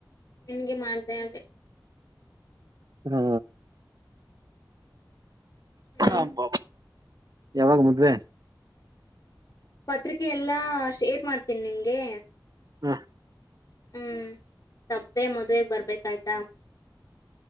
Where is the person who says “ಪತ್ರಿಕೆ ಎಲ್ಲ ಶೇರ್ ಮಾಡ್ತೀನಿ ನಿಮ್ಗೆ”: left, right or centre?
Left